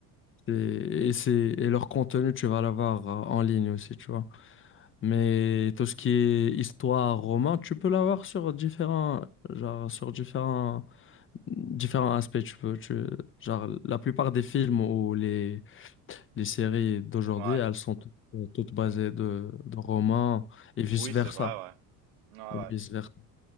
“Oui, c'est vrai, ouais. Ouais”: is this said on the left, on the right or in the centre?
Right